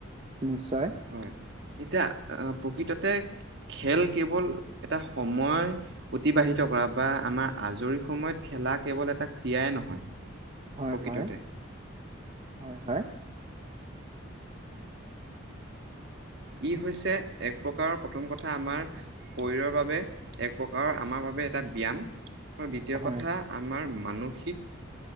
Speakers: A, on the right; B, on the right.
A: নিশ্চয়
B: হয় এতিয়া প্ৰকৃততে খেল কেৱল এটা সময়- অতিবাহিত কৰা বা আমাৰ আজৰি সময়ত খেলা কেৱল এটা ক্ৰীড়াই নহয়।
A: হয়
B: প্ৰকৃততে
A: হয় হয় হয়।
B: ই হৈছে এক প্ৰকাৰৰ প্ৰথম কথা আমাৰ শৰীৰৰ বাবে এক- প্ৰকাৰৰ আমাৰ বাবে এটা ব্যাম আৰু দ্বিতীয়
A: হয়
B: কথা আমাৰ মানসিক-